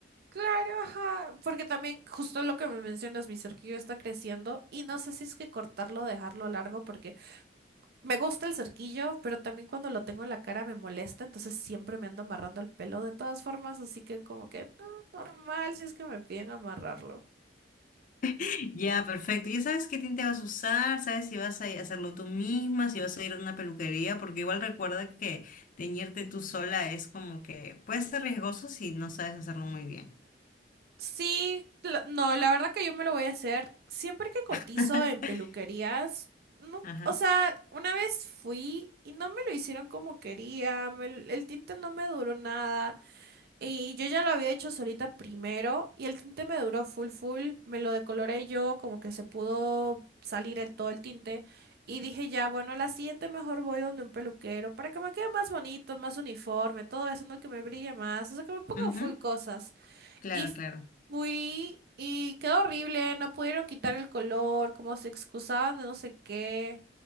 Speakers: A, on the right; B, on the left.
A: Claro, ajá, porque también justo lo que me mencionas, mi cerquillo está creciendo y no sé si es que cortarlo o dejarlo largo porque Me gusta el cerquillo, pero también cuando lo tengo en la cara me molesta, entonces siempre me ando amarrando el pelo de todas formas, así que como que no, normal si es que me piden amarrarlo.
B: <laughs> Ya, perfecto. Ya sabes qué tinte vas a usar, sabes si vas a hacerlo tú misma, si vas a ir a una peluquería, porque igual recuerda que teñirte tú sola es como que puede ser riesgoso si no sabes hacerlo muy bien.
A: Sí, la- no, la verdad que yo me lo voy a hacer siempre que cotizo
B: <laughs>
A: en peluquerías. No,
B: Ajá.
A: o sea, una vez fui y no me lo hicieron como quería, me l- el tinte no me duró nada. Y yo ya lo había hecho solita primero y el tinte me duró full full, me lo decoloré yo, como que se pudo salir el, todo el tinte y dije ya, bueno, a la siguiente mejor voy donde un peluquero para que me quede más bonito, más uniforme, todo eso, no que me brille más, o sea, que me pongan
B: Ujú,
A: full cosas.
B: Claro,
A: Y
B: claro.
A: fui y quedó horrible, no pudieron quitar el color, como se excusaban de no sé qué.